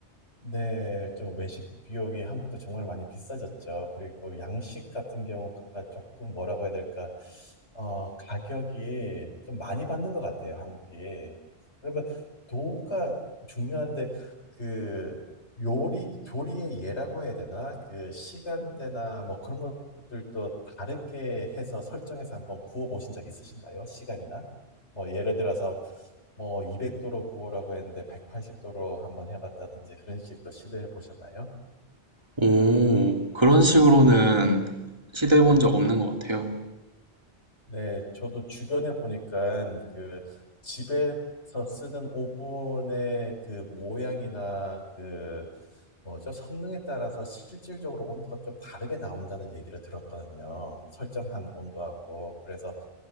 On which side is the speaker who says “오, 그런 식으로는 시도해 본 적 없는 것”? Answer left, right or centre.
Right